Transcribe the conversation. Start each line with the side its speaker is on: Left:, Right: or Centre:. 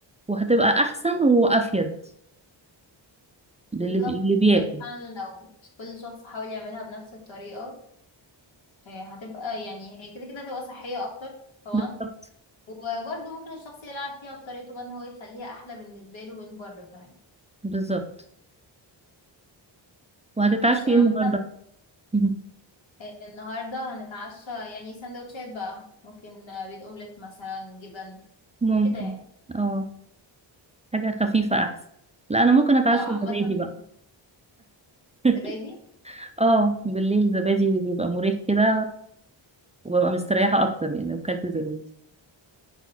Right: وهتبقى أحسن وأفيد للي
Left: بالظبط
Right: بي- للي بياكل
Left: يعني فعلا لو كل شخص حاول يعملها بنفس الطريقة آه، هتبقى يعني هي كده كده هتبقى صحية أكتر طبعا
Right: بالظبط
Left: وبرضه ممكن الشخص يلعب فيها بطريقته بقى إن هو يخليها أحلى بالنسبة له من بره كمان
Right: بالظبط وهتتعشي
Left: ماشي
Right: ايه
Left: عامة
Right: النهارده مهم.
Left: آه، النهاردة هنتعشى يعني سندوتشات بقى ممكن آه، بيض أومليت مثلا جبن
Right: ممكن
Left: كده يعني
Right: اه حاجة خفيفة أحسن لا أنا ممكن أتعشى
Left: اه عامة
Right: زبادي بقى <laughs>
Left: الزبادي
Right: اه بالليل زبادي بيبقى مريح كده وببقى مستريحة أكتر يعني لو كلت زبادي